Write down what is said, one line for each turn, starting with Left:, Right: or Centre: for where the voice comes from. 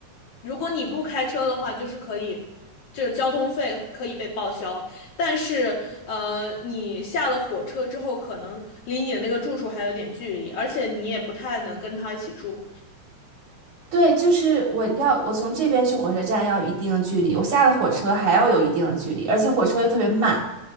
Left: 如果你不开车的话，就是可以，就是交通费可以被报销。但是呃，你下了火车之后，可能离你的那个住处还有点距离，而且你也不太能跟他一起住。
Right: 对，就是我要我从这边去火车站要一定的距离，我下了火车还要有一定的距离，而且火车又特别慢，